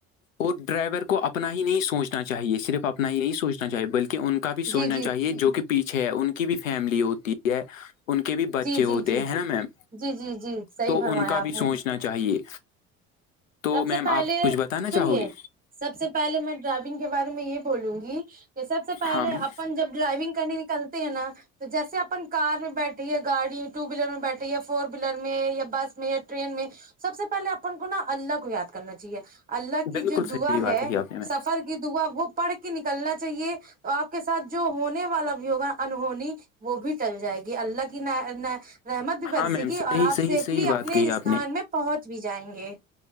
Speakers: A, on the left (about 80°); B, on the right (about 20°).
A: اور ڈرائیور کو اپنا ہی نہیں سوچنا چاہیے صرف اپنا ہی نہیں سوچنا چاہیے بلکہ ان کا بھی سوچنا
B: جی جی
A: چاہیے جو کہ پیچھے ہے ان کی بھی فیملی ہوتی ہے ان کے بھی بچے
B: جی جی
A: ہوتے
B: جی
A: ہیں ہے نا میم
B: جی جی جی صحیح
A: تو
B: فرمایا
A: ان کا
B: آپ
A: بھی
B: نے
A: سوچنا چاہیے تو
B: سب
A: میم
B: سے پہلے
A: آپ کچھ بتانا
B: سنیے
A: چاہو گی
B: سب سے پہلے میں ڈرائیونگ کے بارے میں یہ بولوں گی کہ سب سے پہلے
A: ہاں میم
B: اب پن جب ڈرائائیوونگ کرنے نکلتے ہیں نا تو جیسے اپن کار میں بیٹھے یا گاڑی ٹو ویلر میں بیٹھے یا فور ویلر میں یا بس میں یا ٹرین میں سب سے پہلے اپن کو نا اللہ کو یاد کرنا چاہیے اللہ کی
A: بالکل
B: جو
A: صحیح
B: دعا
A: بات
B: ہے
A: کہی آپ نے میم
B: سب سے فر کی دا وہ پڑھ کے نکلنا چاہیے تو آپ کے ساتھ جو ہونے والا بھی ہوگا انہونی وہ بھی چل جائے گی اللہ کی ن رحمت بھی برسے
A: ہاں میم
B: گی
A: صحیح
B: اور آپ
A: صحیح
B: سیفلی
A: صحیح بات
B: اپنے
A: کہی
B: استھان
A: آپ نے
B: میں پہنچ بھی جائیں گے